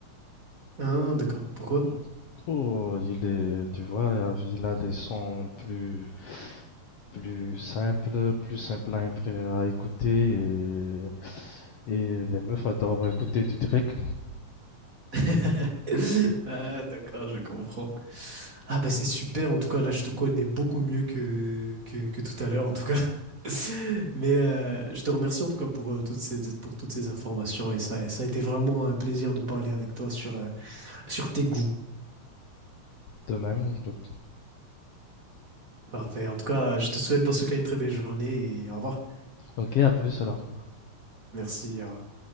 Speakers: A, on the right; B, on the left.
A: Ah, d'accord. Pourquoi?
B: Mm. Oh, il est, tu vois, il a des sons plus, plus simples, plus simples à, impré- à écouter et, et les meufs adorent écouter du Drake
A: <laughs> Ah, d'accord, je comprends. Ah, bah, c'est super. En tout cas, là, je te connais beaucoup mieux que, que, que tout à l'heure, en tout cas. <laughs> Mais euh, je te remercie, en tout cas, pour, euh, toutes ces, pour toutes ces informations. Et ça, ça a été vraiment un plaisir de parler avec toi sur, euh, sur tes goûts.
B: de même. Donc,
A: Parfait. En tout cas, je te souhaite dans ce cas une très belle journée et au revoir.
B: Ok, à plus alors.
A: Merci. au revoir.